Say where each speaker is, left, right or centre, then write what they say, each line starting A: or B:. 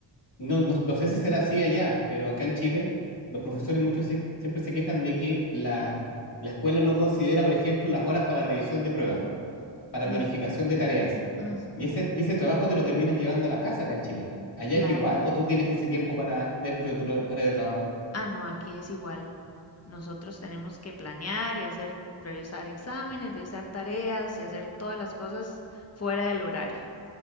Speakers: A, on the left; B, on the left.
A: no, no, no sé si será así allá, pero acá en Chile los profesores muchos se- siempre se quejan de que la, la escuela no considera, por ejemplo, las horas para revisión de pruebas, para
B: ujú,
A: planificación de tareas.
B: ujú,
A: Y ese, y ese trabajo te lo terminas llevando a la casa acá en Chile. ¿Allá
B: Claro.
A: es igual o tú tienes ese tiempo para dentro de tu hor- hora de trabajo?
B: Ah, no, aquí es igual. Nosotros tenemos que planear y hacer, revisar exámenes, revisar tareas y hacer todas las cosas fuera del horario.